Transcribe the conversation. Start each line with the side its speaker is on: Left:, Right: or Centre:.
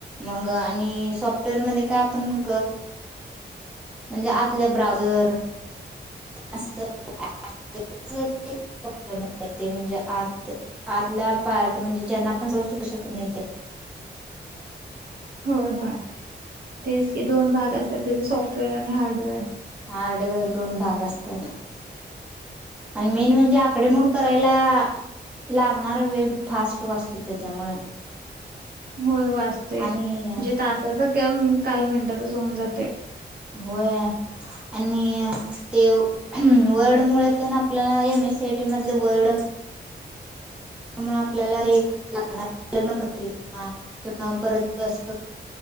Centre: मग आणि सॉफ्टवेअर मध्ये काय आपण- म्हणजे आतल्या ब्राऊझर असतं. <unintelligible> ते म्हणजे आत आतला पार्ट म्हणजे ज्यांना आपण <unintelligible> शकत नाही ते.
Right: होय होय तेच की, दोन भाग असतात त्याचे सॉफ्टवेअर आणि हार्डवेअर.
Centre: हार्डवेयर दोन भाग असतात. आणि मेन म्हणजे आकडे मोड करायला लागणारा वेळ फास्ट वाचतो त्याच्यामुळं
Right: होय वाचते.
Centre: आणि
Right: जे तासाचा कॅम काही मिनिटातच होऊन जाते.
Centre: होय आणि ते वर्ड मुळ तना आपला M S C I T मधलं वर्ड त्यामुळं आपल्याला रे <unintelligible> लग्नपत्रिका किंवा परत अस